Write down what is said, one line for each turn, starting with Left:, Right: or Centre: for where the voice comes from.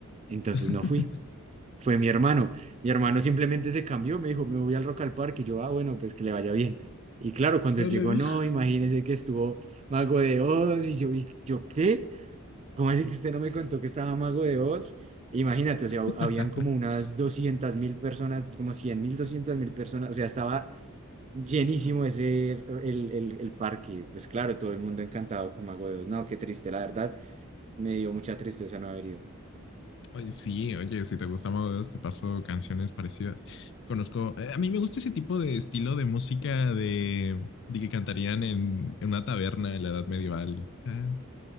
Right: entonces
Left: <laughs>
Right: no fui fue mi hermano. Mi hermano simplemente se cambió, me dijo, me voy al Rock al Parque. Y yo, ah, bueno, pues que le vaya bien. Y claro, cuando
Left: No
Right: él
Left: le
Right: llegó,
Left: dije.
Right: no, imagínese que estuvo Mago de Oz. Y yo, ¿y yo qué? ¿Cómo así que usted no me contó que estaba Mago de Oz? Imagínate, o
Left: <laughs>
Right: sea, habían como unas doscientas mil personas, como cien mil, doscientas mil personas. O sea, estaba llenísimo ese, el, el, el parque. Pues claro, todo el mundo encantado con Mago de Oz. No, qué triste, la verdad, me dio mucha tristeza no haber ido.
Left: Oye, sí, oye, si te gusta Mago de Dios, te paso canciones parecidas. Conozco, eh, a mí me gusta ese tipo de estilo de música de, de que cantarían en, en una taberna de la Edad Medieval tan,